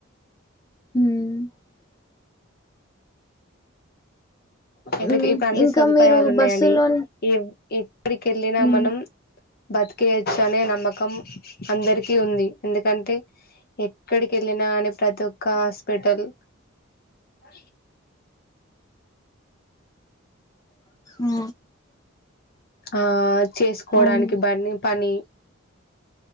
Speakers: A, on the left; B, on the left.
A: ఉమ్
B: కైతే
A: ఉమ్
B: ఇప్పుడన్ని
A: ఇంకా
B: సదుపాయాలు
A: మీరు
B: ఉన్నయండి,
A: బస్సులో
B: ఏ ఎప్పడికెళ్ళినా
A: ఉమ్
B: మనం బతికేయచ్చు అనే నమ్మకం అందరికి ఉంది, ఎందుకంటే ఎక్కడికెళ్ళినా కాని ప్రతి ఒక్క హాస్పటల్ అ
A: ఆ
B: ఆద్ చేసుకోవడానికి
A: అవును
B: బన్ పని